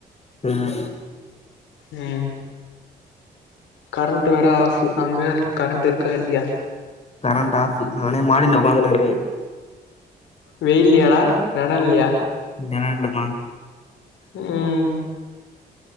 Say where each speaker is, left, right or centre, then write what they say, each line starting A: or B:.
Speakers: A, on the left; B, on the left.
A: ம்
B: உம் கரண்ட் வேற ஆஃப் அங்க கரண்ட் இருக்கா இல்லையா
A: கரண்ட் ஆஃப் நானே மாடில உக்காந்துனு இருக்கே
B: வெயில்லையாடா நெழல்லையா
A: நெழல்லதா
B: ஹ்ம்